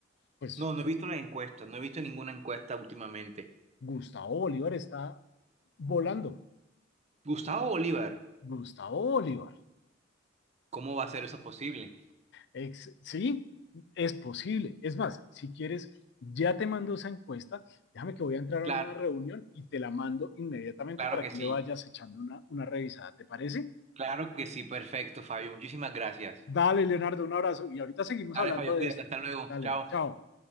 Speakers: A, on the left; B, on the right.
A: pues
B: No, no he visto las encuestas, no he visto ninguna encuesta últimamente.
A: Gustavo Bolívar está volando.
B: Gustavo Bolívar,
A: Gustavo Bolívar.
B: ¿cómo va a ser eso posible?
A: Ex sí, es posible. Es más, si quieres, ya te mando esa encuesta. Déjame que voy a entrar a
B: Claro,
A: una reunión y te la mando inmediatamente
B: claro
A: para
B: que
A: que
B: sí,
A: le vayas echando una, una revisada. ¿Te parece?
B: claro que sí, perfecto, Fabio. Muchísimas gracias.
A: Dale, Leonardo, un abrazo. Y ahorita seguimos
B: Dale,
A: hablando
B: Fabio,
A: de
B: cuídate,
A: esto.
B: hasta luego.
A: Dale,
B: Chao.
A: chao.